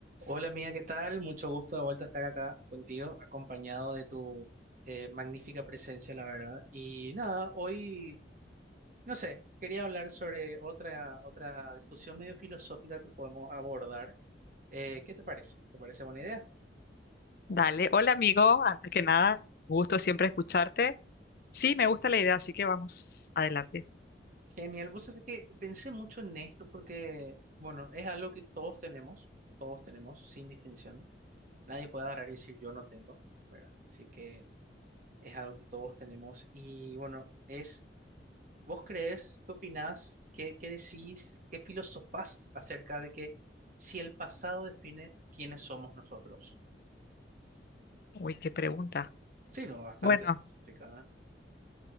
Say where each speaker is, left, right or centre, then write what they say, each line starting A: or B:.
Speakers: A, on the right; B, on the left.
A: Hola amiga, ¿qué tal? Mucho gusto de vuelta estar acá contigo, acompañado de tu eh, magnífica presencia, la verdad. Y nada, hoy, no sé, quería hablar sobre otra, otra discusión medio filosófica que podemos abordar. Eh, ¿qué te parece? ¿Te parece buena idea?
B: Dale, hola amigo, antes que nada, gusto siempre escucharte. Sí, me gusta la idea, así que vamos adelante.
A: Genial, vos sabés que pensé mucho en esto porque, bueno, es algo que todos tenemos, todos tenemos, sin distinción. Nadie puede agarrar y decir yo no tengo, ¿verdad? Así que es algo que todos tenemos y bueno, es... ¿Vos creés, qué opinás, qué, qué decís, qué filosofás acerca de que si el pasado define quiénes somos nosotros?
B: Uy, qué pregunta.
A: Sí, no, bastante
B: Bueno,
A: filosófica,